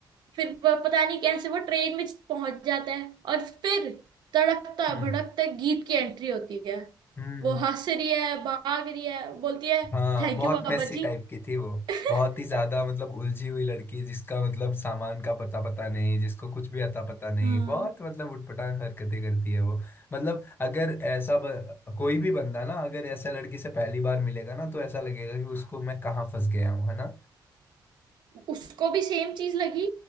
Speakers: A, on the right; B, on the left.
A: फिर वो पता नहीं कैसे वो ट्रेन में पहुंच जाता है और फिर तड़कता
B: हम्म
A: भड़कता गीत की एंट्री होती है
B: हम्म
A: वो हंस रही है भाग रही है बोलती है
B: हाँ
A: थैंक
B: बहुत
A: यू बाबा
B: मेसी
A: जी
B: टाइप की थी वो
A: <laughs>
B: बहुत ही ज्यादा मतलब उलझी हुई लड़की जिसका मतलब सामान का पता पता नहीं जिसको कुछ भी अता पता नहीं
A: हाँ
B: बहुत मतलब उटपटांग हरकतें करती है वो मतलब अगर ऐसा ब, कोई भी बंदा ना अगर ऐसा लड़की से पहली बार मिलेगा ना तो ऐसा लगेगा कि उसको मैं कहाँ फंस गया हूँ है ना
A: उसको भी सेम चीज लगी